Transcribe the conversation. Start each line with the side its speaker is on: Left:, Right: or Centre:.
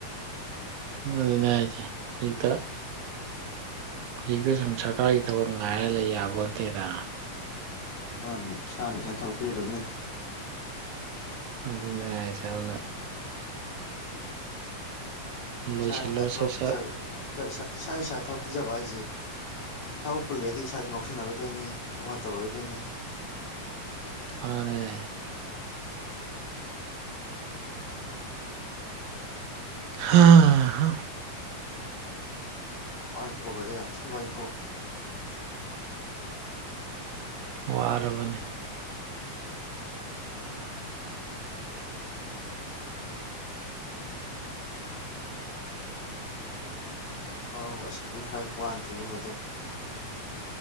Right: ꯑꯗꯨꯅꯦ ꯍꯥꯏꯁꯦ ꯍꯧꯖꯤꯛꯇ꯫ ꯍꯧꯖꯤꯛꯇ ꯁꯨꯝ ꯁꯔꯀꯥꯔꯒꯤ ꯊꯕꯛ ꯉꯥꯏꯔ ꯂꯩ ꯌꯥꯕꯣ ꯅꯠꯇꯦꯗ꯫
Left: ꯃꯥꯅꯦ ꯏꯁꯥꯅ ꯏꯁꯥꯒꯤ ꯊꯕꯛ ꯄꯤꯖꯗꯧꯅꯦ꯫
Right: ꯑꯗꯨꯅꯦ ꯍꯥꯏꯒꯦ ꯑꯗꯨꯅ ꯂꯣꯏꯁꯤꯜꯂꯣ
Left: ꯏꯁꯥꯅ ꯏꯁꯥ ꯊꯕꯛ
Right: ꯁꯠ
Left: ꯄꯤꯖ
Right: ꯁꯠ
Left: ꯏꯁꯥ ꯏꯁꯥ ꯊꯕꯛ ꯄꯤꯖꯕ ꯍꯥꯏꯁꯦ ꯊꯕꯛꯄꯨ ꯂꯩꯗꯤ ꯏꯁꯥꯁꯨ ꯉꯥꯎꯁꯤꯟꯅꯔꯣꯏꯗꯣꯏꯅꯤ ꯑꯃ ꯇꯧꯔꯣꯏꯗꯣꯏꯅꯤ꯫
Right: ꯃꯥꯅꯦ꯫ ꯍꯥ-ꯍꯥ꯫
Left: ꯋꯥꯏꯀꯣ ꯕ꯭ꯔꯗꯔ ꯌꯥꯝ ꯊꯤꯅ ꯋꯥꯏꯀꯣ꯫
Right: ꯋꯥꯔꯕꯅꯦ꯫
Left: ꯋꯥꯕꯕꯨ ꯈꯖꯤꯛ-ꯈꯔꯥꯛ ꯈꯨꯋꯥ ꯅꯠꯇꯦꯍꯦ brother.